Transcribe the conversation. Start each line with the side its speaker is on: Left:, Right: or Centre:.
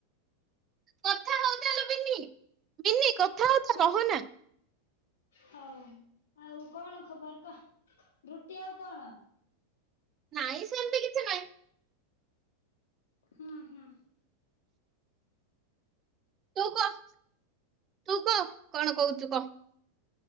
Right: କଥା ହଉଥିଲୁ ମିନି। ମିନି କଥା ହଉଥା।
Left: କଣ
Right: ରହନା।
Left: ହଉ ଆଉ କଣ ଖବର କହ। ରୁଟି ଆଉ କଣ?
Right: ନାଇଁ, ସେମିତି କିଛି ନାହିଁ।
Left: ହୁଁ, ହୁଁ।
Right: ତୁ, କହ। ତୁ, କହ। କଣ କହୁଛୁ କହ?